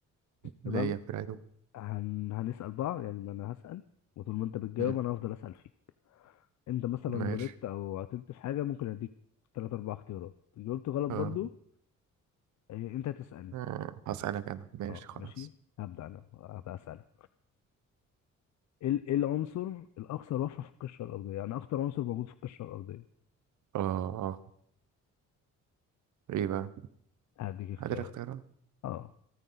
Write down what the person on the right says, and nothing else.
ليا
في العلوم
مم،
ماشي
اه
آه، هسألك انا ماشي
خلاص
اه اه ايه بقى
قادر اختيارات